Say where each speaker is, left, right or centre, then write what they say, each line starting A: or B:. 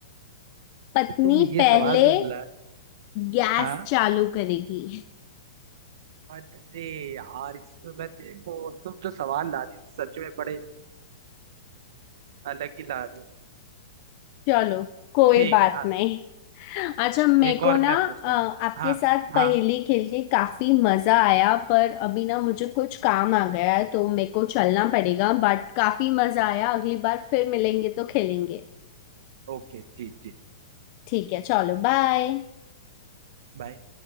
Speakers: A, on the left (about 30°); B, on the right (about 55°).
A: पत्नी
B: तो तुम ये
A: पहले
B: सवाल जो ला
A: गैस
B: हाँ
A: चालू करेगी
B: अरे यार इसमें मैं देखो तुम जो सवाल ला रही हो सच में बड़े अलग ही ला रही हो
A: चलो
B: <clears throat>
A: कोई
B: ठीक
A: बात
B: है हाँ
A: नहीं अच्छा मेरे
B: एक
A: को
B: और
A: ना
B: मैं पूछता
A: अ, आपके
B: हूँ हाँ
A: साथ पहेली
B: हाँ
A: खेल के काफी मजा आया पर अभी ना मुझे कुछ काम आ गया है तो मेरे को चलना पड़ेगा बट काफी मजा आया अगली बार फिर मिलेंगे तो खेलेंगे
B: ओके जी जी
A: ठीक है चलो बाय
B: बाय